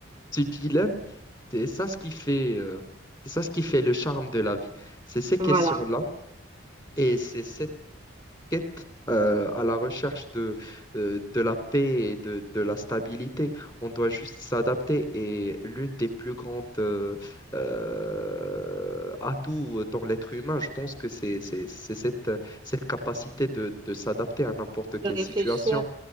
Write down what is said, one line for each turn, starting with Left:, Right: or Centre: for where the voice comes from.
Left: ce dilemme, c'est ça ce qui fait, euh, c'est ça ce qui fait le charme de la vie. C'est ces questions-là
Right: voilà,
Left: et c'est cette quête euh, à la recherche de, euh, de la paix et de, de la stabilité. On doit juste s'adapter et l'une des plus grandes euh, euh, atouts dans l'être humain, je pense que c'est, c'est, c'est cette, cette capacité de, de s'adapter à n'importe quelle
Right: de réfléchir.
Left: situation.